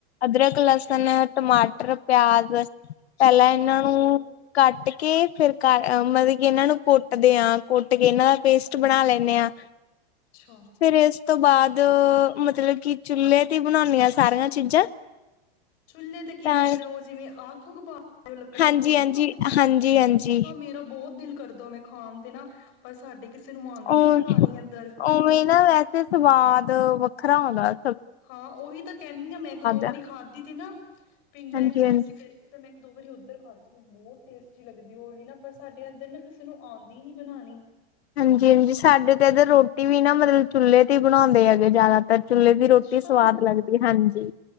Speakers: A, on the left (about 90°); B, on the left (about 40°).
A: ਅਦਰਕ, ਲੱਸਣ, ਟਮਾਟ ਟਰ, ਪਿਆਜ ਪਹਿਲਾਂ
B: ਅੱਛਾ
A: ਇਹਨਾਂ
B: ਹੋਰ
A: ਨੂੰ ਕੱਟ ਕ ਕੇ ਫਿਰ ਕਰ ਮਤਲਬ ਕਿ ਇਹਨਾਂ ਨੂੰ ਕੁੱਟਦਿਆਂ ਕੁੱਟ ਕੇ ਨਾ ਪੇਸਟ ਬਣਾ ਲੈਣੇ ਆ।
B: ਅੱਛਾ
A: ਫਿਰ ਇਸ ਤੋਂ ਬਾਦ ਮਤਲਬ ਕਿ ਚੁੱਲ੍ਹੇ ਤੇ ਬਣਾਉਣੇ ਆ ਸਾਰੀਆਂ ਚੀਜ਼ਾਂ।
B: ਚੁੱਲ੍ਹੇ ਤੇ ਕਿਵੇਂ
A: ਤਾਂ
B: ਜਿਹੜਾ ਉਹ ਜਿਵੇਂ ਅੱਗ ਊਗ ਬਾ <unintelligible> ਲੱਕੜਾਂ
A: ਹਾਂਜੀ-ਹਾਂਜੀ,
B: ਤੇ ਉਹਵੇਂ ਬਣਾਉਂਦੇ,
A: ਹਾਂਜੀ-ਹਾਂਜੀ
B: ਅੱਛਾ ਮੇਰਾ ਬਹੁਤ ਦਿਲ ਕਰਦਾ ਮੈਂ ਖਾਣ ਤੇ ਨਾ ਪਰ ਸਾਡੇ ਕਿਸ ਕਿਸੇ ਨੂੰ ਆਉਂਦੀ
A: ਔਰ
B: ਨੀ ਬਣਾਉਣੀ ਇਧਰ।
A: ਉਵੇਂ ਨਾ ਵੈਸੇ ਸਵਾਦ ਵੱਖਰਾ ਆਉਂਦਾ।
B: ਹਾਂ, ਉਵੀ ਤਾਂ ਕਹਿਣੀ ਹਾਂ ਮੈਂ ਇੱਕ ਦੋ ਵਾਰੀ
A: ਆ
B: ਖਾਧੀ ਥੀ ਨਾ। ਪਿੰਡਾਂ
A: ਹਾਂਜੀ-ਹਾਂਜੀ।
B: ਚ ਜੀਵੇ ਅਸੀਂ ਗਏ ਸੀ ਤੇ ਮੈਂ ਦੋ ਵਾਰੀ ਉੱਧਰ ਖਾਧੀ ਬਹੁਤ ਟੇਸਟੀ ਲੱਗਦੀ ਉਹ ਲੀ ਨਾ ਪਰ ਸਾਡੇ ਇੱਧਰ ਨਾ ਕਿਸੇ ਨੂੰ ਆਉਂਦੀ ਨੀ ਬਣਣੀ।
A: ਹਾਂਜੀ-ਹਾਂਜੀ, ਸਾਡੇ ਤਾ ਇਧਰ ਰੋ ਟੀ ਵੀ ਨਾ ਮਤਲਬ ਚੁੱਲ੍ਹੇ ਤੇ ਹੀ ਬਣਾਉਂਦੇ ਹੈਗੇ ਜ਼ਿਆਦਾ ਪਰ ਚੁੱਲ੍ਹੇ ਦੀ ਰੋਟੀ
B: ਅੱਛਾ
A: ਸਵਾਦ ਲੱਗਦੀ ਏ ਹਾਂਜੀ